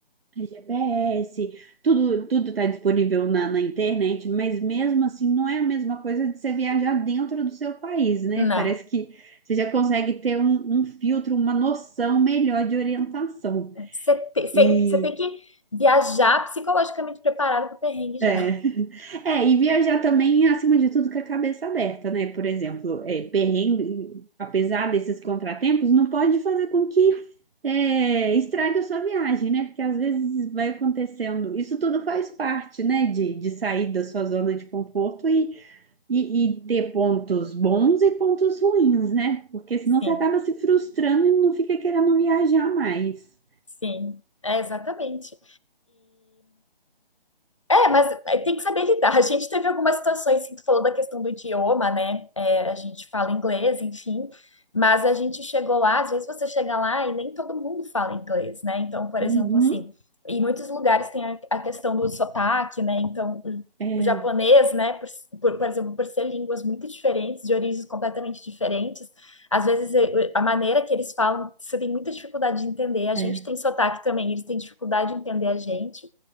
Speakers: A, on the right; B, on the left.
A: GPS, tudo tudo está disponível na, na internet, mas mesmo assim não é a mesma coisa de você viajar dentro do seu país, né?
B: não.
A: Parece que você já consegue ter um, um filtro, uma noção melhor de orientação.
B: Você te- você-
A: E
B: você tem que viajar psicologicamente preparado para o perrengue já.
A: é. É, e viajar também, acima de tudo, com a cabeça aberta, né? Por exemplo, é, perrengue, apesar desses contratempos, não pode fazer com que é, estrague a sua viagem, né? Porque às vezes vai acontecendo. Isso tudo faz parte, né? De, de sair da sua zona de conforto e, e, e ter pontos bons e pontos ruins, né? Porque senão
B: Sim,
A: você acaba se frustrando e não fica querendo viajar mais.
B: sim, é exatamente. É, mas é, tem que saber lidar. A gente teve algumas situações, assim, tu falou da questão do idioma, né? É, a gente fala inglês, enfim, mas a gente chegou lá, às vezes você chega lá e nem todo mundo fala inglês, né? Então, por
A: Uhum.
B: exemplo, assim, em muitos lugares tem a, a questão do sotaque, né? Então, o,
A: É,
B: o japonês, né? Por, por, por exemplo, por ser línguas muito diferentes, de origens completamente diferentes, às vezes eh, eh, a maneira que eles falam, você tem muita dificuldade de entender. A gente
A: é.
B: tem sotaque também, eles têm dificuldade de entender a gente.